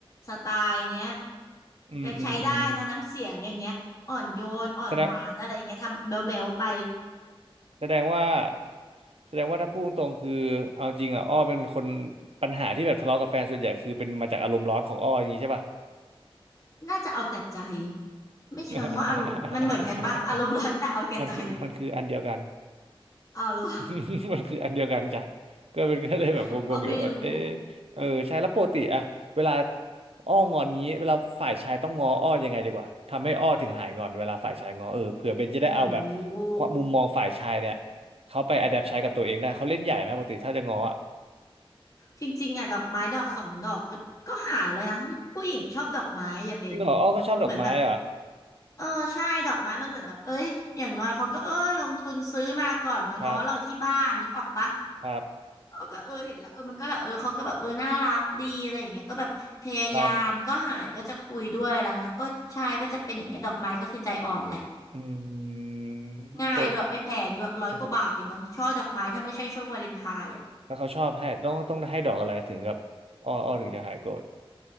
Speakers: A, on the left (about 35°); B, on the right (about 85°).
A: สไตล์เนี้ย
B: อืมอืมอืม
A: จะใช้ได้นะน้ำเสียงอย่างเงี้ยอ่อนโยนอ่อนหวานอะไรอย่างเงี้ยทำเบลเบลไป
B: แสดงแสดงว่าแสดงว่าถ้าพูดตรงๆคือเอาจริงอ่ะอ้อเป็นคนปัญหาที่แบบทะเลาะกับแฟนส่วนใหญ่คือเป็นมาจากอารมณ์ร้อนของอ้ออย่างนี้ใช่ป่ะ
A: น่าจะเอาแต่ใจไม่เชิงว่าอารมณ์มันเหมือนกันปะอารมณ์ร้อนแต่เอาแก่ใจ
B: <laughs> มันคือมันคืออันเดียวกัน
A: เอาเหรอ
B: <laughs> มันคืออันเดียวกันจ้ะก็เป็นก็เลยแบบงงๆอยู่แบบเออ
A: <laughs> อ๋อไม่รู้
B: เออใช่แล้วปกติอะเวลาอ้องอนนี้เวลาฝ่ายชายต้องง้ออ้อยังไงดีกว่าทำให้อ้อถึงหายงอนเวลาฝ่ายชายง้อเออเผื่อเบนจะได้เอาแบบ
A: โอ้
B: ความมุมมองฝ่ายชายเนี่ยเขาไปอ d แ p t ใช้กับตัวเองได้เขาเล่นใหญ่ไหมปกติถ้าจะง้ออะ
A: จริงๆอ่ะดอกไม้ดอกสองดอกก็ก็หายเลยนะผู้หญิงชอบดอกไม้อย่าเบน
B: จริงเหรออ้อก็ชอบดอกไม้เหรอ
A: เหมือนแบบเออใช่ดอกไม้มันเหมือนแบบเอ้ยอย่างน้อยเขาก็เออลงทุนซื้อมาก่อนมาง้อเราที่บ้านนึกออกปะ
B: ครับครับ
A: เขาก็เออเห็นแล้วเออมันก็แบบเออเขาก็แบบเออน่ารักดีอะไรอย่างเงี้ยก็แบบพยายามก็หายก็จะคุยด้วยอะไรเงี้ยก็ใช่ก็จะเป็นอย่างเงี้ยดอกไม้ก็คือใจอ่อนแหละ
B: ครับอืม
A: ง่ายด้วยไม่แพงด้วยร้อยกว่าบาทเองมั้งช่อดอกไม้ถ้าไม่ใช่ช่วงวาเลนไทน์อ่ะ
B: ปกปกติแล้วเขาชอบให้ต้องต้องให้ดอกอะไรถึงกับอ้ออ้อถึงจะหายโกรธ